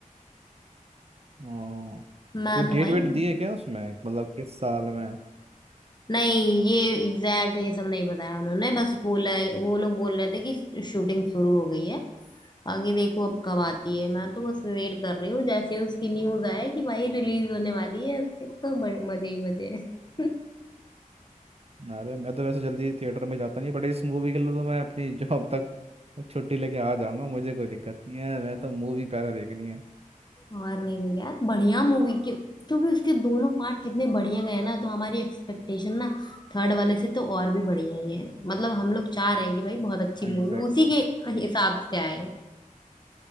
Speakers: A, on the right (about 45°); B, on the left (about 30°).
A: हाँ।
B: मैं
A: कोई डेट
B: तो भाई
A: वेट दी है क्या उसमें मतलब किस साल में
B: नहीं ये एग्जैक्ट ये सब नहीं बताया उन्होंने बस बोला है वो लोग बोल रहे थे कि शूटिंग शुरू हो गई है आगे देखो अब कब आती है मैं तो बस वेट कर रही हूँ जैसे उसकी न्यूज आए कि भाई रिलीज होने वाली है फिर तो बड़े मजे ही मजे हैं <laughs>
A: अरे मैं तो वैसे जल्दी थिएटर में जाता नहीं बट इस मूवी के लिए तो मैं अपनी <laughs> जॉब तक छुट्टी लेके आ जाऊंगा मुझे कोई दिक्कत नहीं है मैं तो मूवी पहले देखनी है
B: और नहीं तो यार बढ़िया मूवी क्योंकि उसके दोनों पार्ट कितने बढ़िया गए ना तो हमारी एक्सपेक्टेशन ना थर्ड वाले से तो और भी बढ़िया ही है मतलब हम लोग चाह रहे हैं कि भाई बहुत अच्छी
A: एग्जैक्टली
B: मूवी उसी के हिसाब से आए